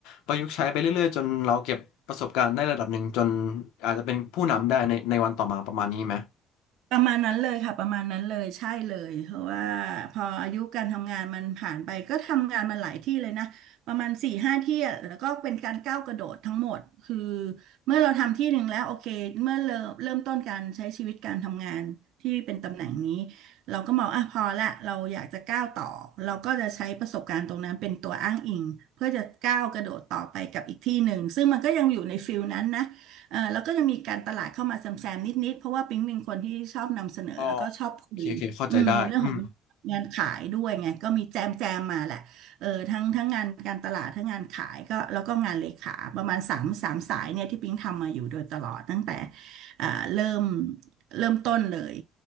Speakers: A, on the left (about 85°); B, on the right (about 75°).
A: ประยุกต์ใช้ไปเรื่อยๆจนเราเก็บประสบการณ์ได้ระดับหนึ่งจนอาจจะเป็นผู้นำได้ในในวันต่อมาประมาณนี้ไหม
B: ประมาณนั้นเลยค่ะประมาณนั้นเลยใช่เลยเพราะว่าพออายุการทำงานมันผ่านไปก็ทำงานมาหลายที่เลยนะประมาณสี่ห้าที่อะแล้วก็เป็นการก้าวกระโดดทั้งหมดคือเมื่อเราทำที่หนึ่งแล้วโอเคเมื่อเริ่มเริ่มต้นการใช้ชีวิตการทำงานที่เป็นตำแหน่งนี้เราก็มองอ่ะพอละเราอยากจะก้าวต่อเราก็จะใช้ประสบการณ์ตรงนั้นเป็นตัวอ้างอิงเพื่อจะก้าวกระโดดต่อไปกับอีกที่หนึ่งซึ่งมันก็ยังอยู่ในฟิลนั้นนะ เอ่อแล้วก็จะมีการตลาดเข้ามาแซมๆนิดๆเพราะว่าปิ๊งเป็นคนที่ชอบนำเสนอแล้วก็ชอบคุยอืมในเรื่องของ
A: อ๋อโอเคโอเคเข้าใจได้อืม
B: งานขายด้วยไงก็มีแจมแจมมาแหละเออทั้งทั้งงานการตลาดทั้งงานขายก็แล้วก็งานเลขาประมาณสามสามสายเนี่ยที่ปิ๊งทำมาอยู่โดยตลอดตั้งแต่อ่าเริ่มเริ่มต้นเลย